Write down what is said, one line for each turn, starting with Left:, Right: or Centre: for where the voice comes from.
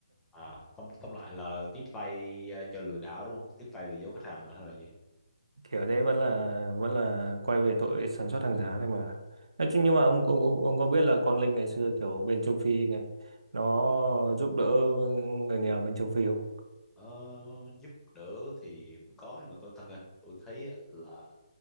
Centre: à tóm tóm lại là tiếp tay à, cho lừa đảo đúng không tiếp tay lừa dối khách hàng hay là gì
Right: kiểu đấy vẫn là vẫn là quay về tội sản xuất hàng giả này mà nói chung
Centre: à
Right: nhưng mà ông ông ông ông có biết là Quang Linh ngày xưa kiểu bên châu Phi này nó giúp đỡ người nghèo bên châu Phi không
Centre: ờ, giúp đỡ thì cũng có nhưng mà tôi thật ra tôi thấy á là